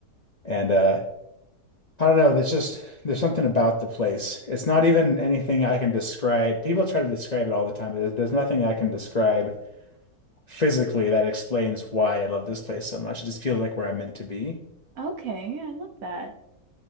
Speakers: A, on the left; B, on the right.
A: And uh, I don't know, there's just there's something about the place. It's not even anything I can describe. People try to describe it all the time, but there's, there's nothing I can describe physically that explains why I love this place so much. It just feels like where I'm meant to be.
B: Okay. I love that.